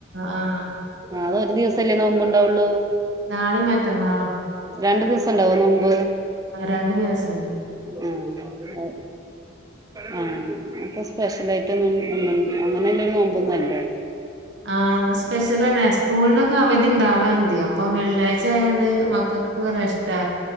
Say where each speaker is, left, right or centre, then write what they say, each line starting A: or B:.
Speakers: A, on the right; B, on the right.
A: ആഹ്
B: ആകെ ഒരു ദിവസല്ലേ നോമ്പ്ണ്ടാവൊള്ളു?
A: നാളേം മെറ്റന്നാളും.
B: രണ്ടു ദിവസണ്ടാവോ നോമ്പ്?
A: ആ രണ്ടു ദിവസൊ. ണ്ട്
B: ആ അതെ ആ ന്താ സ്പെഷ്യൽ? വെലുതായിട്ടൊന്നും അങ്ങനൊള്ളൊരു നോമ്പൊന്നല്ല.
A: ആ സ്പെഷ്യലനെ സ്കൂൾല് അവധി ഉണ്ടാവാലണ്ട് അപ്പം വെള്ളിയാഴ്ച ആയോണ്ട് <unintelligible>